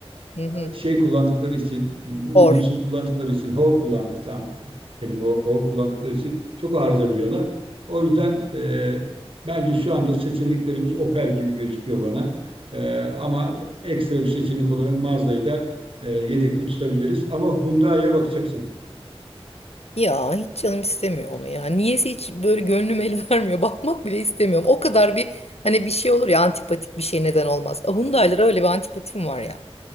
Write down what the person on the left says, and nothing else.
Hı hı.
Or.
Ya hiç canım istemiyor onu ya. Niyeyse hiç böyle gönlüm el vermiyor. <laughs> Bakmak bile istemiyorum. O kadar bir hani bir şey olur ya antipatik bir şey neden olmaz. Hyundai'lara öyle bir antipatim var ya.